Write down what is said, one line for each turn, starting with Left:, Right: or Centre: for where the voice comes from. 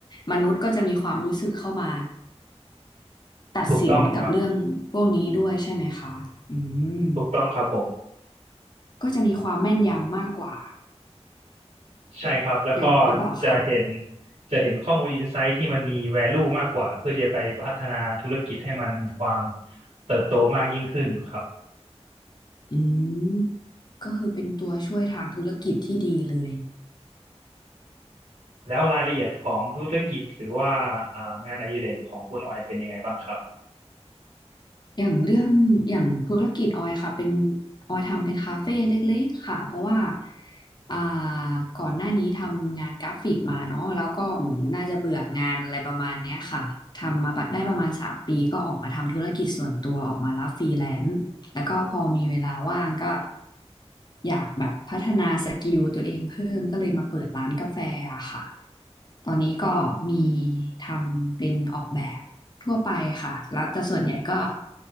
Left: มนุษย์ก็จะมีความรู้สึกเข้ามาตัดสินกับเรื่องพวกนี้ด้วยใช่ไหมคะอืม
Right: ถูกต้องครับถูกต้องครับผม
Left: ก็จะมีความแม่นยำมากกว่า
Right: ใช่ครับ แล้วก็
Left: อย่างนี้หรือเปล่าคะ
Right: จะเห็นจะเห็นข้อมูลอินไซต์ที่มันมี value มากกว่าเพื่อที่จะไปพัฒนาธุรกิจให้มันมีความเติบโตมากยิ่งขึ้นครับ
Left: อืมก็คือเป็นตัวช่วยทางธุรกิจที่ดีเลย
Right: แล้วรายละเอียดของธุรกิจหรือว่าอ่างานอดิเรกของคุณออยเป็นยังไงบ้างครับ
Left: อย่างเรื่องอย่างธุรกิจออยค่ะเป็นออยทำเป็นคาเฟ่เล็กๆค่ะเพราะว่าอ่าก่อนหน้านี้ทำงานกราฟิกมาเนาะแล้วก็เหมือนน่าจะเบื่องานอะไรประมาณเนี้ยค่ะทำมาได้ประมาณสามปีก็ออกมาทำธุรกิจส่วนตัวออกมารับฟรีแลนซ์ แล้วก็พอมีเวลาว่างก็อยากแบบพัฒนาสกิลตัวเองเพิ่มก็เลยมาเปิดร้านกาแฟอะค่ะ ตอนนี้ก็มีทำเป็นออกแบบทั่วไปค่ะ แล้วแต่ส่วนใหญ่ก็